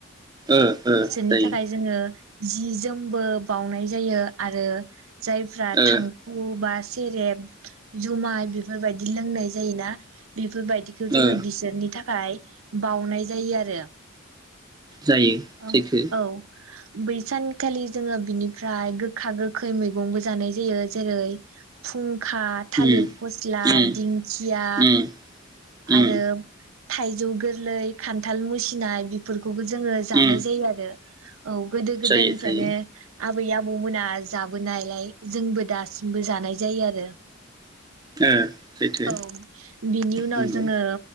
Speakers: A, on the right; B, on the right.
A: ओ
B: बिसोरनि
A: जायो
B: थाखाय जोङो जि जोमबो बाउनाय जायो आरो जायफ्रा
A: ओ
B: थांखु बा सेरेब जुमाय बेफोरबायदि लोंनाय जायोना बे बेफोरबायदिखौ जोङो
A: ओ
B: बिसोरनि थाखाय बावनाय जायो आरो
A: जायो
B: औ
A: सैथो
B: औ बै सानखालि जोङो बिनिफ्राय गोखा गोख खै मैगंबो जानाय जायो जेरै फुं खा थालिर
A: उम
B: फस्ला
A: उम
B: दिंखिया
A: उम उम
B: आरो थाइजौ गोरलै खान्थाल मुसिनाय बेफोरखौबो जों जोङो जानाय
A: उम
B: जायो आरो औ गोदो गोदायनिफ्रायनो
A: जायो जायो
B: आबै आबौमोना जाबोनायलाय जोंबो दासिमबो जानाय जायो आरो
A: ओ सैथो
B: औ बिनि उनाव
A: नंगौ
B: जोङो